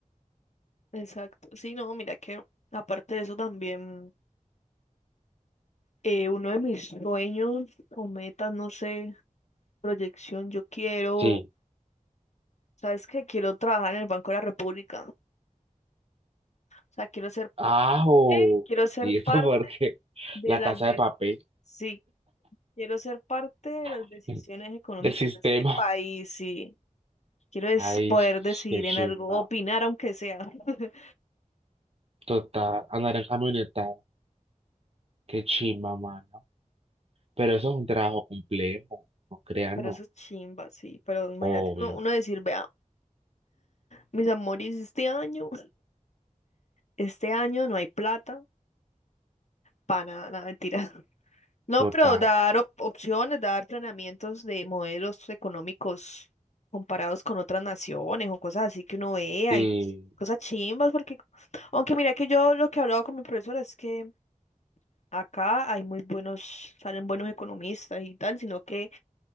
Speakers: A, on the left (about 55°); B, on the right (about 45°).
A: Exacto. Sí, no, mira que aparte de eso también, eh, uno de mis sueños o metas, no sé. proyección, yo quiero,
B: Sí,
A: ¿sabes qué? Quiero trabajar en el Banco de la República. O sea, quiero ser,
B: Ajo.
A: eh, quiero ser
B: Y
A: parte
B: esto <laughs> porque
A: de
B: la
A: las
B: casa
A: de,
B: de papel
A: sí, quiero ser parte de las
B: <laughs>
A: decisiones económicas
B: del sistema.
A: de este país, sí. Quiero es
B: Ay,
A: poder decidir
B: qué chimba.
A: en algo, opinar aunque sea. <laughs>
B: Total, andar en camioneta, qué chimba, mano. Pero eso es un trabajo complejo, no crean,
A: Pero
B: no.
A: eso es chimba, sí. Pero imagínate
B: Obvio,
A: uno, uno decir, vea, mis amores, este año, este año no hay plata para nada, nada, mentira. No,
B: total.
A: pero dar op- opciones, dar planeamientos de modelos económicos comparados con otras naciones o cosas así que uno vea
B: Y,
A: y cosas chimbas, porque aunque mira que yo lo que he hablado con mi profesora es que acá hay muy buenos, salen buenos economistas y tal, sino que